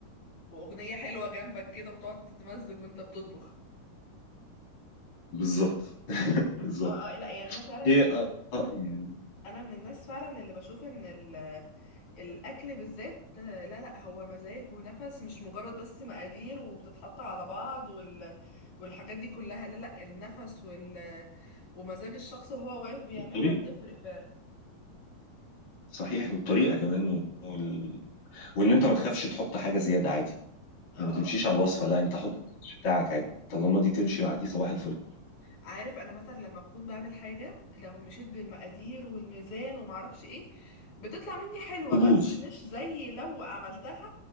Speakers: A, on the left (about 75°); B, on the left (about 45°).
A: واغنيه حلوه جنبك كده وتقعد تتمزج وانت بتطبخ
B: بالظبط <laughs> بالظبط
A: اه اه لا يعني انا فعلا من
B: ايه أ- أ- يعني
A: انا من الناس فعلا اللي بشوف ان ال الاكل بالذات آه، لا لا هو مزاج ونفس مش مجرد بس مقادير وبتتحط على بعض وال والحاجات دي كلها لا لا النفس وال ومزاج الشخص وهو واقف بيعملها
B: الطريقه
A: بتفرق فعلا
B: صحيح والطريقه كمان وال... وان انت ما تخافش تحط حاجه زياده عادي
A: اه
B: يعني ما تمشيش
A: اه
B: على الوصفه لا انت حط السكتش بتاعك عادي طالما دي تمشي مع دي صباح الفل
A: عارف انا مثلا لما بكون بعمل حاجة لو مشيت بالمقادير والميزان ومعرفش ايه بتطلع مني حلوة
B: تبوظ
A: بس مش زي لو عملتها